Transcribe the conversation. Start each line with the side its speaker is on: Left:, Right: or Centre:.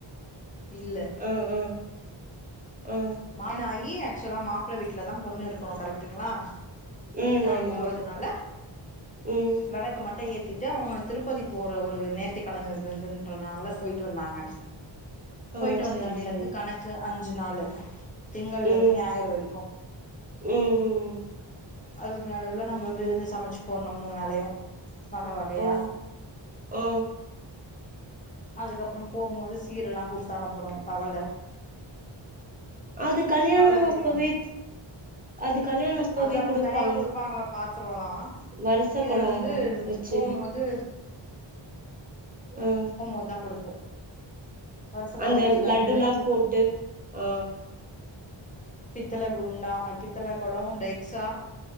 Left: <inaudible> இல்ல
Right: ஆ ஆ ஆ
Left: மாயினாய் யி ஏக்சுவலா மாப்புள வீட்லதா பொண்ணு இருக்கணு கரெக்ட்டுங்களா கல்யாணோ
Right: ம்
Left: ஆயி
Right: ஆமா
Left: போறதுனால
Right: ம்
Left: வெளக்கு மட்டு ஏத் கத்திட்டு அவங்க திருப்பதி போற ஒரு நேத்தி கடன் இருந்ததுன்றனால போயிட்டு வந்தாங்க
Right: ஆ
Left: போயிட்டுட்டு வந்தண்ணில
Right: சரி சரி
Left: இருந்து கணக்கு அஞ்சு நாலு திங்கள்ல
Right: ம்
Left: இருந்து ஞாயிறு வரைக்கு
Right: ம் ம் ம்
Left: அதுக்கு நடுவுல நம்ப விருந்து சமச்சு போண்னு மூணு வேலையு வக வகையா
Right: ஓ ஓ
Left: அதுக்கப்பறம் போம்போது சீரெல்லா குடுத்து அனுப்பனு தவல
Right: அது கல்யாணோ
Left: தவல தெரியுல
Right: அப்பவே அது கல்யாணோ அப்பவே
Left: அது அப்ப
Right: குடுப்பாங்
Left: தனியா குடுப்பாங்க பாத்திரல்லா
Right: வருச
Left: இது
Right: கொடோ
Left: வந்து
Right: வெச்சு
Left: போம்போது
Right: ம்
Left: அதா குடுப்போ வருச கொட
Right: அந்த
Left: வச்சு லட்டு
Right: லட்டுல்லாம் போட்டு ஆ
Left: பித்தள குண்டா பித்தள கொடோ டைக்சா